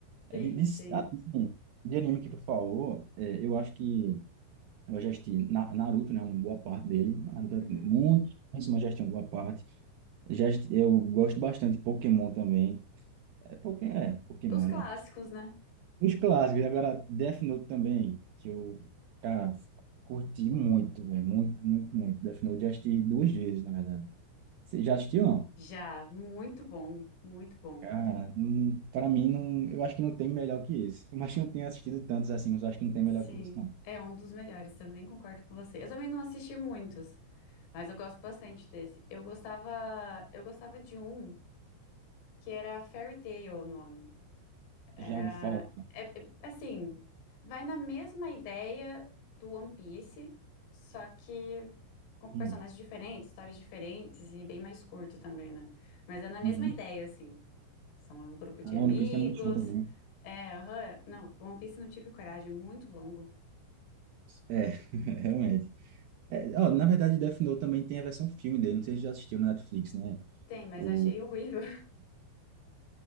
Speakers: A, on the right; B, on the left.
A: É
B: Sim,
A: de, de,
B: sim.
A: ah, assim, de anime que tu falou, é, eu acho que eu já assisti Na- Naruto, né, uma boa parte dele. Naruto é
B: Uhum.
A: muito, mas já assisti uma boa parte. Já, assisti- eu gosto bastante de Pokémon também. É, Poké- é, Pokémon,
B: Os clássicos,
A: né?
B: né?
A: Os clássicos, E agora Death Note também, que eu, cara, curti muito, velho. Muito, muito, muito. Death Note já assisti duas vezes, na verdade. Você já assistiu, não?
B: Já, muito bom, muito bom.
A: Cara, não, pra mim, não, eu acho que não tem melhor que esse. Por mais que eu não tenha assistido tantos assim, mas eu acho que não tem
B: Sim,
A: melhor que esse, não.
B: é um dos melhores, também concordo com você. Eu também não assisti muitos, mas eu gosto bastante desse. Eu gostava, eu gostava de um que era Fairy Tail é o nome. Era,
A: Já ouvi falar.
B: é- é- assim, vai na mesma ideia do One Piece, só que com personagens
A: Hum,
B: diferentes, histórias diferentes e bem mais curto também, né? Mas é na mesma
A: uhum.
B: ideia, assim. São é um grupo de
A: A
B: amigos.
A: One Piece é muito show também.
B: É, aham. não, One Piece não tive coragem, é muito longo.
A: É, <laughs> realmente. É, ó, na verdade, Death Note também tem a versão filme dele. Não sei se você já assistiu na Netflix, né?
B: Tem, mas
A: O...
B: achei horrível.